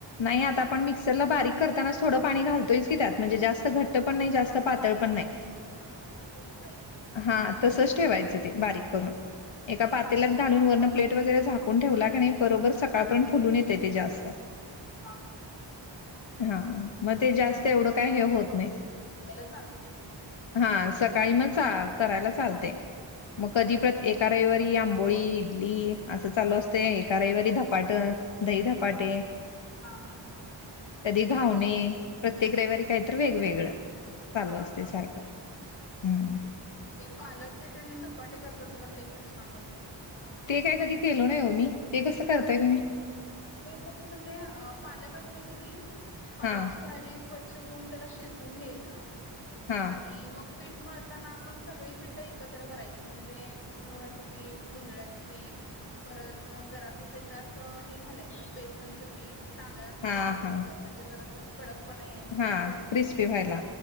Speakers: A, on the left; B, on the left.
A: नाही आता आपण मिक्सरला बारीक करतानाच थोडं पाणी घालतोयच की त्यात म्हणजे जास्त घट्ट पण नाही जास्त पातळ पण नाही.
B: हा हा त्बुन ठेवायचं पीठ.
A: हा तसच ठेवायचं ते बारीक करून. एका पातेलात घालून वर्ण प्लेट वगैरे झाकून ठेवला का नाय बरोबर सकाळपर्यंत फुलून येते ते जास्त.
B: हा हा.
A: हा
B: उद्या सकाळी
A: मग ते
B: आपल्याला
A: जास्त
B: कस
A: एवढं
B: ऍडजस्ट
A: काय हे होत
B: करून
A: नाही.
B: उठवायला चालते.
A: हा सकाळी मग चा करायला चालते मग कधी पण एका रविवारी. ही आंबोळी इडली असं चालू असते एका रविवारी धपाट दही धपाटे.
B: हा हा.
A: कधी घावणे प्रत्येक रविवारी काय तर वेगवेगळं. चालू असते
B: हा
A: सारखं
B: हा.
A: हम्म.
B: ते पालकचे तन धपाटे करतात बघा ते पण छान होते.
A: ते काय कधी केलो नाही हो मी ते कसं करताय तुम्ही.
B: ते कस म्हणजे अ पालक असते की नाही पालकची
A: हा
B: भाजी. स्वच्छ धुवून त्याला शिजवून घ्यायचं
A: हा
B: आणि मग पीठ मळताना आपण सगळी पीठ एकत्र करायची म्हणजे. गव्हाचं पीठ जुंजळ्याचं पीठ परत जरा असं त्याच्यात हे घालायचं. बेसनचं पीठ तांदळाचं
A: हा
B: पीठ असेल
A: हा
B: तर म्हणजे जर असं. कडकपणा यासाठी
A: हा
B: कुरकुरीत
A: क्रिस्पी
B: व्हायसाठी
A: व्हायला